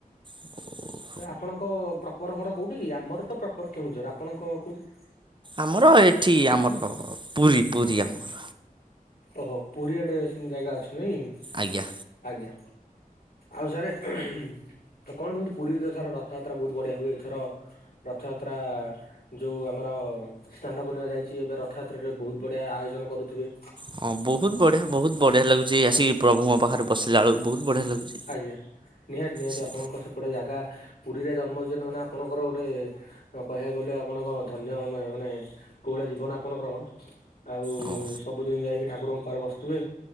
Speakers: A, on the right; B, on the left.
A: । <unintelligible>
B: ଆପଣଙ୍କ ପ୍ରପର ଘର କୋଉଠି କି ଆମର ତ ପ୍ରପର କେଉଁଝର ଆପଣଙ୍କ କୋଉଠି।
A: ଆମର ଏଠି ଆମର ପୁରୀ ପୁରୀ ଆମର।
B: ଓହୋ ପୁରୀଆଡେ ସେମିତି ଜାଗା ଅଛି ନାଇଁ।
A: ଆଜ୍ଞା।
B: ଆଜ୍ଞା ଆଉ ସାରେ। କଣ କେମିତି ପୁରୀରେ ସାର ରଥଯାତ୍ରା ବହୁତ୍ ବଢିଆ ହୁଏ ଏଥର ରଥଯାତ୍ରା। ଯୋଉ ଆମର ସ୍ନାନପୂର୍ଣ୍ଣିମା ଯାଇଛି ଏବେ ରଥଯାତ୍ରାରେ ବହୁତ ବଢିଆ ଆୟୋଜନ କରୁଥିବେ।
A: ହଁ ବହୁତ ବଢିଆ ବହୁତ ବଢିଆ ଲାଗୁଛି ଏ ଆସିକି ପ୍ରଭୁଙ୍କ ପାଖରେ ବସିଲା ବେଳକୁ ବହୁତ ବଢିଆ ଲାଗୁଛି।
B: ଆଜ୍ଞା ନିହାତି ନିହାତି
A: ସେ
B: ଆପଣଙ୍କ ସେପଟେ ଜାଗା ପୁରୀରେ ଜନ୍ମ ହେଉଛନ୍ତି ମାନେ ଆପଣଙ୍କର ଗୋଟେ। କହିବାକୁ ଗଲେ ଆପଣଙ୍କ ଧନ୍ୟ ମାନେ ମାନେ କୋଉଳିଆ ଜୀବନ ଆପଣଙ୍କର। ଆଉ
A: ହଉ
B: ସବୁଦିନ ଯାଇକି ଠାକୁରଙ୍କ ପାଖରେ ବସୁ ଥିବେ